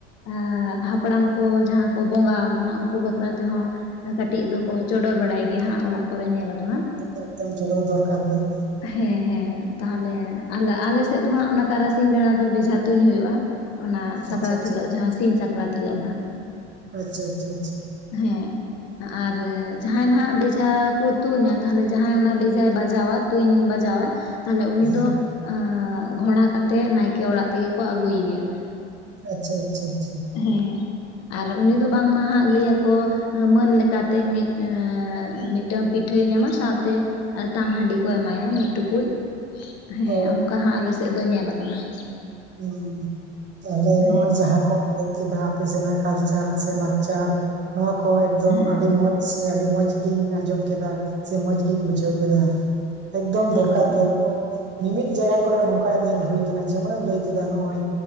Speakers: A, on the left; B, on the right.
A: ᱟᱸᱻ ᱦᱟᱯᱲᱟᱢ ᱠᱚ ᱡᱟᱦᱟᱸ ᱠᱚ ᱵᱚᱸᱜᱟ ᱟᱠᱟᱱᱟ ᱩᱱᱠᱩ ᱵᱟᱠᱷᱨᱟ ᱛᱮᱦᱚᱸ, ᱠᱟᱹᱴᱤᱡ ᱫᱚᱠᱚ ᱪᱚᱰᱚᱨ ᱵᱟᱲᱟᱭ ᱜᱮᱭᱟ ᱦᱟᱸᱜ ᱚᱲᱟᱜ ᱠᱚᱨᱮ ᱧᱮᱞ ᱟᱠᱟᱱᱟ ᱾
B: <unintelligible> ᱪᱚᱰᱚᱨ ᱫᱚᱨᱠᱟᱨ ᱜᱮ ᱾
A: ᱦᱮᱸ ᱦᱮᱸ ᱛᱟᱦᱚᱞᱮ ᱟᱞᱮ ᱟᱞᱮ ᱥᱮᱫ ᱫᱚ ᱦᱟᱸᱜ ᱚᱱᱟ ᱛᱟᱨᱟᱥᱤᱧ ᱵᱮᱲᱟ ᱫᱚ ᱵᱮᱡᱷᱟ ᱛᱩᱧ ᱦᱩᱭᱩᱜᱼᱟ ᱾ ᱚᱱᱟ
B: ᱟᱪᱪᱷᱟ
A: ᱥᱟᱠᱨᱟᱛ
B: ᱟᱪᱪᱷᱟ
A: ᱦᱤᱞᱚᱜ ᱡᱟᱦᱟᱸ ᱥᱤᱧ ᱥᱟᱠᱨᱟᱛ ᱦᱤᱞᱚᱜ ᱦᱟᱸᱜ ᱾
B: ᱟᱪᱪᱷᱟ ᱟᱪᱪᱷᱟ ᱟᱪᱪᱷᱟ ᱾
A: ᱦᱮᱸ ᱟᱨ ᱡᱟᱦᱟᱸᱭ ᱱᱷᱟᱜ ᱵᱮᱡᱷᱟ ᱠᱚ ᱛᱩᱧᱟ ᱛᱟᱦᱚᱞᱮ ᱡᱟᱦᱟᱸᱭ, ᱚᱱᱟ ᱵᱮᱡᱷᱟᱭ ᱵᱟᱡᱟᱣᱟ ᱛᱩᱧ ᱵᱟᱡᱟᱣᱟᱭ ᱛᱟᱦᱞᱮ ᱩᱱᱤ
B: ᱦᱮᱸ
A: ᱫᱚ, ᱟᱸᱻ ᱜᱷᱚᱲᱟ ᱠᱟᱛᱮᱜ ᱱᱟᱭᱠᱮ ᱚᱲᱟᱜ ᱛᱮᱜᱮ ᱠᱚ ᱟᱹᱜᱩᱭᱮᱭᱟ ᱾
B: ᱟᱪᱪᱷᱟ ᱟᱪᱪᱷᱟ ᱟᱪᱪᱷᱟ
A: ᱦᱮᱸ ᱟᱨ ᱩᱱᱤ ᱫᱚ ᱵᱟᱝᱢᱟ ᱦᱟᱸᱜ ᱞᱟᱹᱭ ᱟᱠᱚ, ᱢᱟᱹᱱ ᱞᱮᱠᱟᱛᱮ ᱢᱤᱫ ᱟᱸᱻ ᱢᱤᱫᱴᱟᱹᱱ ᱯᱤᱴᱷᱟᱹᱭ ᱧᱟᱢᱟ ᱥᱟᱶᱼᱼ ᱛᱮ ᱛᱟᱝ ᱦᱟᱺᱰᱤ ᱠᱚ ᱮᱢᱟᱭᱟ ᱢᱤᱫ ᱴᱩᱠᱩᱡ ᱦᱮᱸ
B: ᱚ
A: ᱚᱱᱠᱟ ᱦᱟᱸᱜ ᱟᱞᱮᱥᱮᱫ ᱫᱚ ᱧᱮᱞ ᱟᱠᱟ ᱠᱟᱱᱟ ᱾
B: ᱦᱩᱸᱻ ᱛᱟᱦᱚᱞᱮ
A: ᱦᱮᱸ
B: ᱱᱚᱜᱼᱚᱭ ᱡᱟᱦᱟᱸ, ᱠᱚᱢ ᱞᱟᱹᱭ ᱠᱮᱫᱟ ᱟᱯᱮ ᱥᱮᱱᱟᱜ ᱠᱟᱞᱪᱟᱨ ᱥᱮ ᱞᱟᱠᱪᱟᱨ ᱱᱚᱣᱟ ᱠᱚ ᱮᱠᱫᱚᱢ
A: ᱦᱮᱸ
B: ᱟᱹᱰᱤ ᱢᱚᱡᱽ, ᱥᱮ ᱟᱹᱰᱤ ᱢᱚᱸᱡᱽ ᱜᱤᱧ ᱟᱸᱡᱚᱢ ᱠᱮᱫᱟ ᱥᱮ ᱢᱚᱸᱡᱽ ᱜᱤᱧ ᱵᱩᱡᱷᱟᱹᱣ ᱠᱮᱫᱟ ᱾ ᱮᱠᱫᱚᱢ
A: ᱦᱮᱸ
B: ᱫᱚᱨᱠᱟᱨ ᱜᱮᱭᱟ ᱱᱚᱜᱼᱚᱭ ᱢᱤᱢᱤᱫ ᱡᱟᱭᱜᱟ ᱠᱚᱨᱮ ᱱᱚᱝᱠᱟ ᱧᱮᱞ ᱦᱩᱭ ᱟᱠᱟᱱᱟ ᱡᱮᱢᱚᱱ ᱮᱢ ᱞᱟᱹᱭ ᱠᱮ ᱠᱮᱫᱟ ᱱᱚᱜᱼᱚᱭ